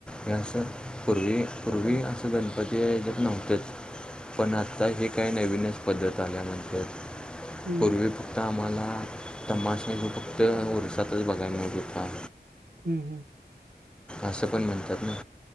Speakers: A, in the centre; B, on the right (about 70°).
A: हे असं पूर्वी, पूर्वी असं गणपती याच्यात नव्हतंच पण आत्ता ही काय नवीनच पद्धत आल्यानंतर,
B: हम्म
A: पूर्वी आता आम्हाला, तमाषा हो फक्त उरसातच बघायला मिळत हूता.
B: हम्म हम्म.
A: असं पण म्हणतात नाई.